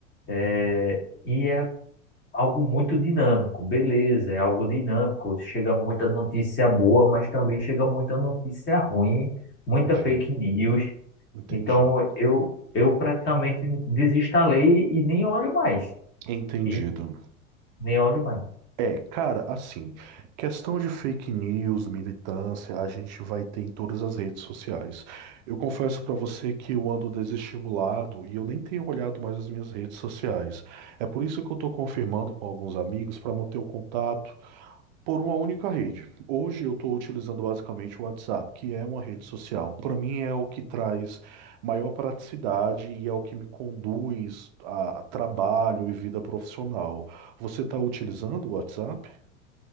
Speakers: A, on the left (about 30°); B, on the right (about 35°).
A: é, e é algo muito dinâmico. Beleza, é algo dinâmico. Chega muita notícia boa, mas também chega muita notícia ruim, muita
B: Entendi.
A: fake news.
B: Entendi.
A: Então, eu, eu praticamente desinstalei e nem olho mais.
B: Entendido.
A: E nem olho mais.
B: É, cara, assim, questão de fake news, militância, a gente vai ter em todas as redes sociais. Eu confesso pra você que eu ando desestimulado e eu nem tenho olhado mais as minhas redes sociais. É por isso que eu tô confirmando com alguns amigos pra manter o contato por uma única rede. Hoje eu tô utilizando basicamente o WhatsApp, que é uma rede social. Pra mim é o que traz maior praticidade e é o que me conduz a trabalho e vida profissional. Você está utilizando o WhatsApp?